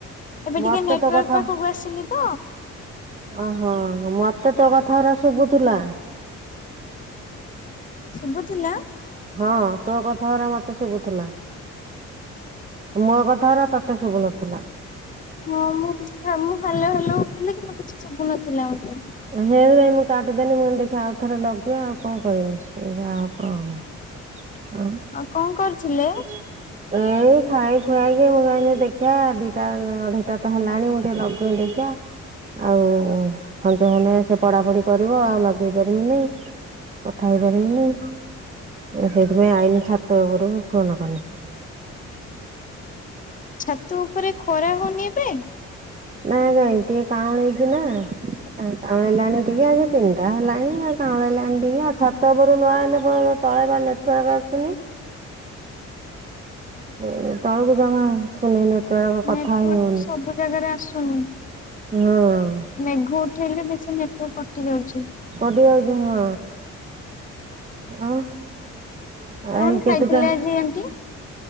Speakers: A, on the left; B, on the right.
A: ଏବେ
B: ମତେ
A: ଟିକେ ନେଟୱାର୍କ
B: ତୋ କଥା
A: ପାଖକୁ ଆସିଲି ତ।
B: ଓହୋ! ମୋତେ ତୋ କଥା ଉରା ଶୁବୁଥୁଲା।
A: ଶୁଭୁଥିଲା।
B: ହଁ, ତୋ କଥା ଉରା ମୋତେ ଶୁବୁଥିଲା। ମୋ କଥା ଉରା ତୋତେ ଶୁବୁ ନଥିଲା।
A: ହଁ, ମୁଁ ଆ, ମୁଁ ହାଲୋ ହାଲୋ ହଉଥିଲି, କିନ୍ତୁ କିଛି ଶୁଭୁନଥିଲା ମୋତେ।
B: ହେ ସୈଇ ମୁଁ କାଟିଦେନି, ମୁଁ କହିନି ଦେଖି ଆଉଥରେ ଲଗେଇଆ ଆଉ କଣ କରିମି? ମୁଁ ଯାହା ହବ ହବ। ଆଉ।
A: ଆଉ କଣ କରୁଥିଲେ?
B: <unintelligible> ଏଇ ଖାଇ ଖୁଆକି ମୁଁ କହିନି ଦେଖିଆ ଦିଟା ଅଢେଇଟା ତ ହେଲାଣି ମୁଁ ଟିକେ ଲଗେଇ ଦେଖିଆ। ଆଉ ସଞ୍ଜ ହେଲେ ସେ ପଢାପଢି କରିବ ଆଉ ଲଗେଇ ପାରିମିନି। କଥା ହେଇପାରିମିନି। ଓ ସେଇଥିପାଇଁ ଆଇନି ଛାତ ଉପରକୁ ଫୋନ୍ କନି।
A: ଛାତ ଉପରେ ଖରା ହଉନି ଏବେ?
B: ନାଇଁ କାଇଁ ଟିକେ କାଉଁଳେଇ ଛିନା। ହଁ କାଉଁଳି ଲାଣି ଟିକେ ଆଜି ତିନିଟା ହେଲାଣି, ଆର୍ କାଉଁଳି ଲାଣି ଟିକେ ଆଉ ଛାତ ଉପରୁ ନ ଆଇନେ ପର ତଳେ ବା ନେଟୱାର୍କ ଆସୁନି। ଏ ତଳକୁ ଜମା ଆସୁନି ନେଟୱାର୍କ କଥା
A: ନେଟୱାର୍କ
B: ହେଇ ହଉନି।
A: ସବୁ ଜାଗାରେ ଆସୁନି
B: ହଁ।
A: ମେଘ ଉଠେଇଲେ ବେଶୀ ନେଟୱାର୍କ କଟି ଯାଉଚି।
B: କଟି ଯାଉଚି ହଁ। ଆଉ ଆଇ
A: କଣ
B: କେତେଟା
A: ଖାଇଥିଲେ ଆଜି ଆଣ୍ଟି?